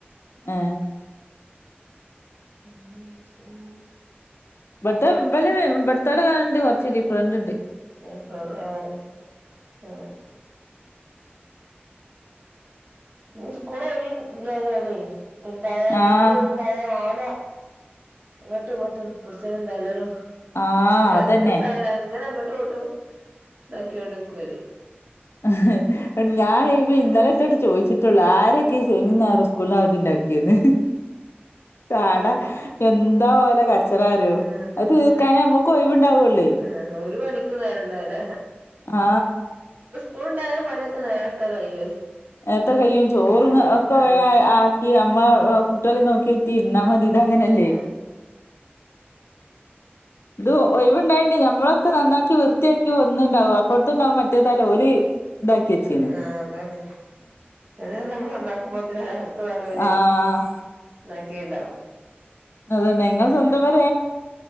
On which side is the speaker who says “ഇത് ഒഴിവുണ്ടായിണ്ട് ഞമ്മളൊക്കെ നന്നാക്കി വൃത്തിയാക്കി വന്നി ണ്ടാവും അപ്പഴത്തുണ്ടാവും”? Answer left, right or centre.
Left